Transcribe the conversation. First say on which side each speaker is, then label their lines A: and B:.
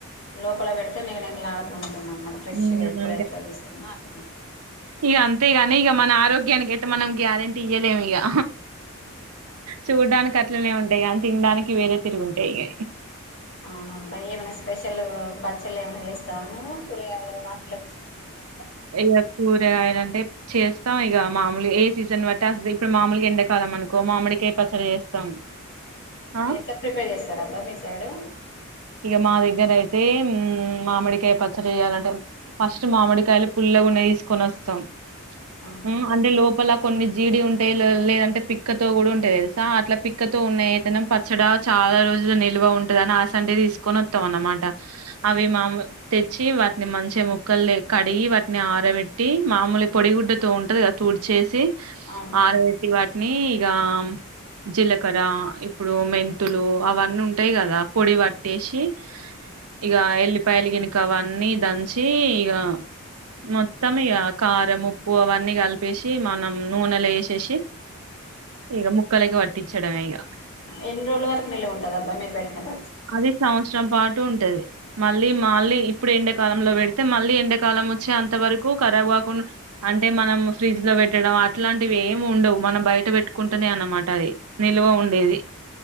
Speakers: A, on the left; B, on the right.
A: లోపల పెడితే నిఘానిఘాలాడుతూంటుంది అన్నమాట ఫ్రెష్
B: హ్మ్
A: గా ఇప్పుడ ఎట్లా తీసుకుందో అట్టన
B: ఇక అంతేగాని ఇక మన ఆరోగ్యం దీనికైతే మనం గ్యారంటీ ఇయ్యలేము అయ్యా చూడ్డానికి అట్లనే ఉంటాయి అంత తినడానికి వేరే తిరుగుంటాయి ఇ
A: అవునబ్బ ఏమైనా స్పెషల్ పచ్చళ్ళు ఏమైనా వేస్తావా నువ్వు కూరగాయలు మార్కెట్ లోకి తెచ్చినా కూరగా
B: ఇ కూరగాయలాంటే చేస్త ఇస్తాం ఇక మామూలుగా ఏ సీజన్ బట్టి అస ఇప్పుడు మామూలుగా ఎండాకాలం అనుకో మామిడికాయ పచ్చడి చేస్తాం ఆ
A: ఎట్లా ప్రిపేర్ చేస్తార అబ్బా మీ సైడు
B: ఇక మా దగ్గర అయితే మామిడికాయ పచ్చడి చెయాలంటే ఫస్ట్ మామిడికాయలు పుల్లగా ఉన్నాయి తీసుకొని వస్తాం
A: ఆహా
B: హమ్ అంట లో లోప్పలా కొన్ని జీడి ఉంటాయి లేదంటే పిక్కతో కూడా ఉంటాది తెలుసా అట్లా పిక్కతో ఉన్న అయితేనేం పచ్చడా చాలా రోజుల నిల్వ ఉంటుదని ఆ అండే తీసుకొని వస్తాం అనమాట అవి మాములు తెచ్చి వాటిని మంచిగా ముక్కలు కడిగి వాటిని ఆరబెట్టి మామూలు పొడిగుడ్డతో ఉంటాది కదా తుడ్చేసి
A: అవును
B: ఆరబెట్టి వాట్ ని ఇగ జీలకర్ర ఇప్పుడు మెంతులు అవన్నీ ఉంటయి గదా పొడి వట్టేషి ఇగ ఎల్లిపాయల గినుక అవన్నీ దంచి ఇగ మొత్తం ఇగ కారము ఉప్పు అవన్నీ గలిపేషి మనం నూనెలో ఏశేసి ఇగ ముక్కలకి వట్టించడమే ఇగ
A: ఎన్ని రోజుల వరకు నిలవ ఉంటదబ్బా మీర్ వెట్టిన ప
B: అదే సంవచరం పాటు టుంటది మళ్ళీ మాళ్ళీ ఇప్పుడు ఎండకాలంలో వెడితే మళ్ళీ ఎండాకాలం ఒచ్చే అంత వరకు కరాబు గాకుండా అంటే మనము ఫ్రిడ్జ్ ల వెట్టడం అట్లాంటివి ఏమి ఉండవు, మనం బయట వెట్టుకుంటనే అన్నమాట అది నిల్వ ఉండేది.